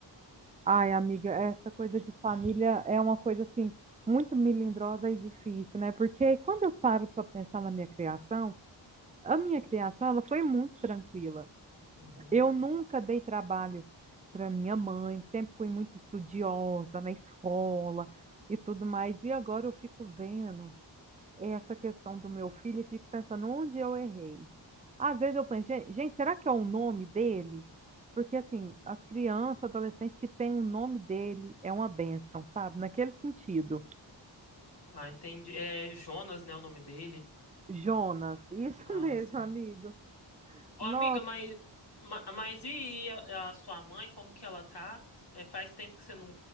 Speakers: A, on the right; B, on the left.
A: Ai, amiga, essa coisa de família é uma coisa assim muito melindrosa e difícil, né? Porque quando eu paro para pensar na minha criação, A minha criação, ela foi muito tranquila.
B: Uhum.
A: Eu nunca dei trabalho para minha mãe, sempre fui muito estudiosa na escola e tudo mais. E agora eu fico vendo essa questão do meu filho e fico pensando onde eu errei. Às vezes eu penso, "Gen- gente, será que é o nome dele? Porque assim, as crianças, adolescentes que têm o nome dele é uma bênção, sabe? Naquele sentido.
B: Ah, entendi. É Jonas, né, o nome dele?
A: Jonas, isso
B: Ah,
A: <laughs> mesmo,
B: sim.
A: amigo.
B: Ô,
A: Nossa,
B: amiga, mas, ma- mas e a, a sua mãe, como que ela tá? É, faz tempo que você não,